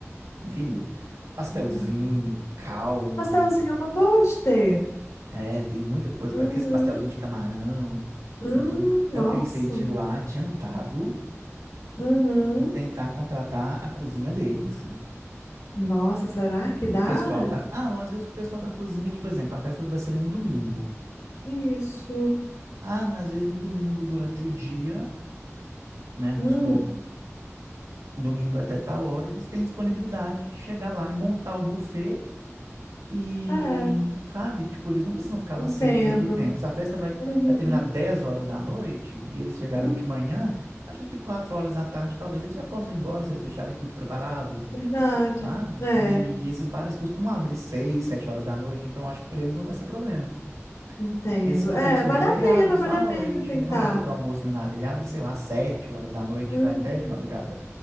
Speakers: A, on the right; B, on the left.
A: infinito. Pastelzinho,
B: legal.
A: caldo,
B: Pastelzinho é uma boa de ter.
A: é, tem muita coisa,
B: Uhum.
A: para aqueles pastelzinho de camarão
B: Hum,
A: e tudo.
B: nossa.
A: Aí eu pensei de ir lá adiantado
B: Uhum.
A: e tentar contratar a cozinha deles, assim.
B: Nossa, será que dá?
A: O pessoal da. Ah, mas às vezes o pessoal da cozinha, tipo, por exemplo, a festa vai ser num domingo.
B: Isso.
A: Ah, mas às vezes o domingo durante o dia, né? Vamos
B: Hum,
A: supor, domingo até tal hora, eles têm disponibilidade de chegar lá e montar o buffet e,
B: é,
A: sabe? Tipo, eles não precisam ficar lá
B: entendo.
A: 100% do tempo. Se a festa vai,
B: Uhum.
A: vai terminar 10 horas da noite e eles chegarem
B: Hum,
A: de manhã, acho que 4 horas da tarde talvez eles já possam ir embora se eles deixarem tudo preparado,
B: verdade.
A: sabe?
B: É,
A: E esses bares costumam abrir 6 7 horas da noite, então acho que para eles não vai ser problema.
B: entendo.
A: Esse que
B: É,
A: eu conheço
B: vale
A: mesmo,
B: a
A: ele
B: pena,
A: abre só
B: vale
A: à
B: a
A: noite,
B: pena tentar.
A: ele não abre para almoço nem nada, ele abre, sei lá, sete horas da noite,
B: Uhum.
A: vai até de madrugada.